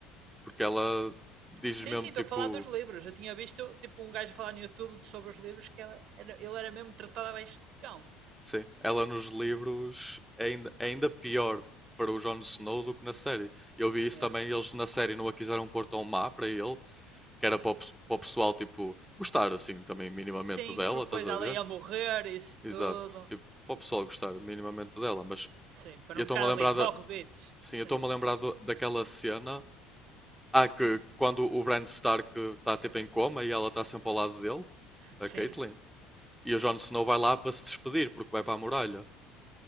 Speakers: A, in the centre; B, on the right.
A: porque ela diz
B: Sim,
A: mesmo
B: sim, estou
A: tipo:
B: a falar dos livros. Eu tinha visto tipo um gajo a falar no YouTube de- sobre os livros que ela- era- ele era mesmo tratado a beijão.
A: Sim, ela nos livros é ainda, é ainda pior para o Jon Snow do que na série. Eu vi isso
B: Yeah.
A: também, eles na série não a quiseram pôr tão má para ele, que era para o, pe- para o pessoal, tipo, gostar assim também minimamente
B: Sim,
A: dela,
B: porque
A: estás
B: depois
A: a
B: ela
A: ver?
B: ia morrer, isso
A: Exato,
B: tudo.
A: tipo, para o pessoal gostar minimamente dela, mas
B: Sim, para
A: eu
B: não
A: estou-me
B: ficar
A: a lembrar
B: ali, morre,
A: da,
B: bitch.
A: sim,
B: Sim,
A: eu estou-me a lembrar do- daquela cena, ah, que quando o Bran Stark está tipo em coma e ela está sempre ao lado dele,
B: sim,
A: a Catelyn, e o Jon Snow vai lá para se despedir porque vai para a muralha.